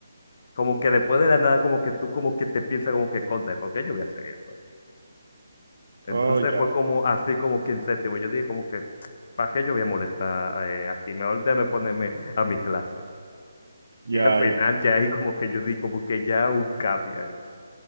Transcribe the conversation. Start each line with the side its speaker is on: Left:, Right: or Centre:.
Left: como que después de la nada, como que tú como que te piensas como que contra, ¿por qué yo voy a hacer eso? Entonces
Right: Oh, ya,
Left: fue como así como que en séptimo. Yo dije como que, ¿para qué yo voy a molestar eh, aquí? Mejor déjame ponerme a mi clase.
Right: ya,
Left: Y al final
Right: ya.
Left: ya ahí como que yo di como que ya un cambio ahí.